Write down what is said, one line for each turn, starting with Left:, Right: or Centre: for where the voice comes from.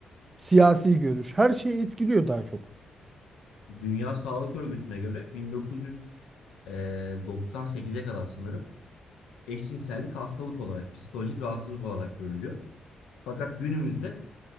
Right: siyasi görüş her şeyi etkiliyor daha çok.
Left: Dünya Sağlık Örgütü'ne göre 1998'e kadar sanırım eşcinsellik hastalık olarak, psikolojik rahatsızlık olarak görülüyor. Fakat günümüzde